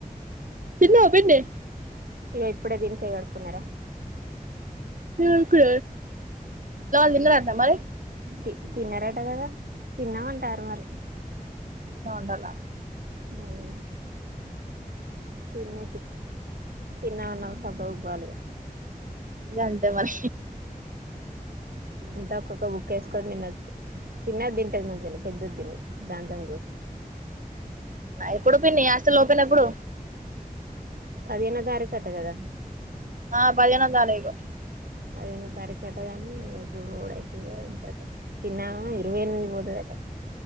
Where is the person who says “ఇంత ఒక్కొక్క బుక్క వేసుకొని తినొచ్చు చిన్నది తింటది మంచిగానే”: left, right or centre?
Right